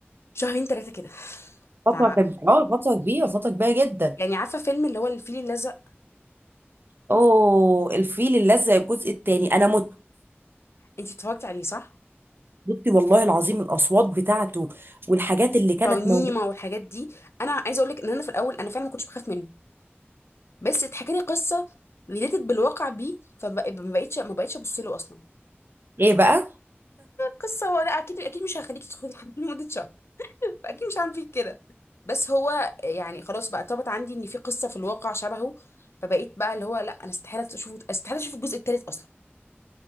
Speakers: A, on the left; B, on the right.
A: شهرين ثلاثة كده <laughs>
B: فتره
A: ف
B: كانت اه فتره كبيره فتره كبيره جدا
A: يعني عارفة فيلم اللي هو الفيل الأزرق
B: اوه الفيل الازرق الجزء الثاني انا مت
A: انت اتفرجت عليه صح؟
B: بصي والله العظيم الاصوات بتاعته والحاجات اللي كانت
A: ترنيمة
B: موجوده
A: والحاجات دي انا عايزة اقول لك ان انا في الاول انا فعلا ما كنتش بخاف منه بس اتحكى لي قصة ريليتد بالواقع بيه فما بقتش ما بقتش ابص له اصلا
B: ايه بقى
A: قصة هو لا أكيد أكيد مش هخليك تدخلي الحمام <laughs> لمدة شهر أكيد مش هعمل فيك كده بس هو يعني خلاص بقى طابت عندي إن في قصة في الواقع شبهه فبقيت بقى اللي هو لا أنا استحالة أشوف استحالة أشوف الجزء التالت أصلا